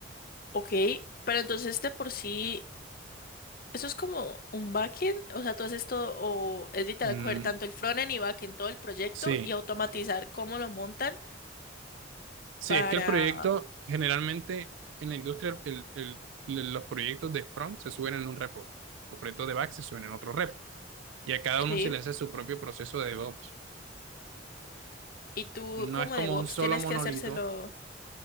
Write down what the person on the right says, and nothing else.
Mm,
sí.
Sí,
es que el proyecto, generalmente en la industria, el- el- el- los proyectos de front se suben en un repo, los proyectos de back se suben en otro repo, y a cada uno
se le hace su propio proceso de DevOps.
No
es como
un solo
monolito.